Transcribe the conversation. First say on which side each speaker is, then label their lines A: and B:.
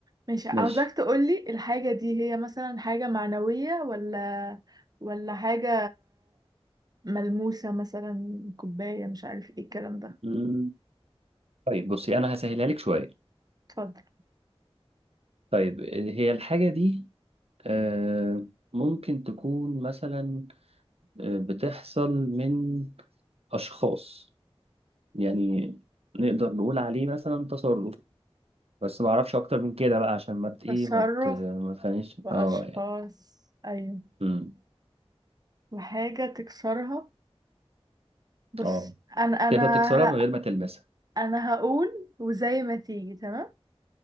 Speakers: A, on the right; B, on the right.
A: ماشي عاوزاك
B: ماشي
A: تقولي الحاجة دي هي مثلا حاجة معنوية ولا ولا حاجة ملموسة مثلا كوباية مش عارف ايه الكلام ده
B: مم. طيب بصي انا هسهلها لك شوية
A: اتفضل
B: طيب هي الحاجة دي آه، ممكن تكون مثلا آه، بتحصل من اشخاص يعني نقدر نقول عليه مثلا تصرف بس ما اعرفش اكتر من كده بقى عشان ما ت- ايه
A: تصرف
B: ما ت- ما تخليش
A: وأشخاص
B: اه يعني
A: أيوة
B: امم
A: وحاجة تكسرها بص
B: اه
A: أنا أنا
B: تقدر تكسرها من
A: ه-
B: غير ما تلمسها
A: أنا هقول وزي ما تيجي تمام